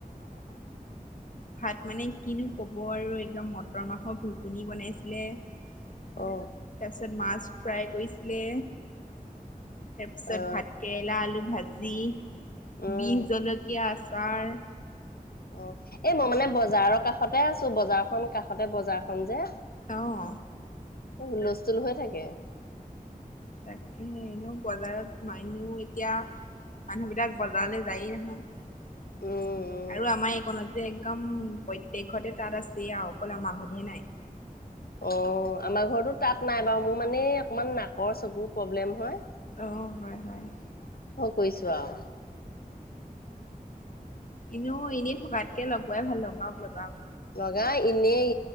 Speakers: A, on the left; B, on the left.
A: ভাত মানে কিনো কব আৰু জমত মটৰ মাহৰ ঘুগুনি বনাইছিলে তাৰপিছত
B: অ
A: মাছ ফ্ৰাই কৰিছিলে তাৰপিছত
B: অ
A: ভাত কেৰেলা আলু ভাজি দি
B: উম
A: বিষ জলকীয়া আছে। চাৰ
B: অ এই মই মানে বজাৰৰ কাষতে আছো বজাৰখন কাষতে বজাৰখন যে
A: আহ
B: হুলস্থুল হৈথাকে
A: তাকে এনেও বজাৰত মানে এতিয়া। মানুহবিলাক বজাৰলৈ যায়েই নহয়
B: উম উম
A: আৰু আমাৰ এইকণত যে একদম প্ৰত্যেক ঘৰতে তাত আছে আৰু অকল আমা ঘৰতহে নাই।
B: অ আমাৰ ঘৰতো তাত নাই বাৰু মোৰ মানে অকমান নাকৰ চকুৰ প্ৰব্লেম হয়।
A: অ হয় হয়
B: কৰিছোঁ আৰু।
A: এনেও এনেই থকাতকে লগোৱাই ভাল লগাওক লগাওক
B: লগা এনেই